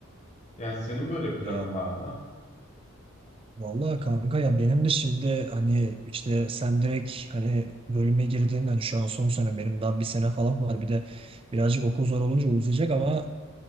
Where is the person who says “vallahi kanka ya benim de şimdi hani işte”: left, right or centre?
Right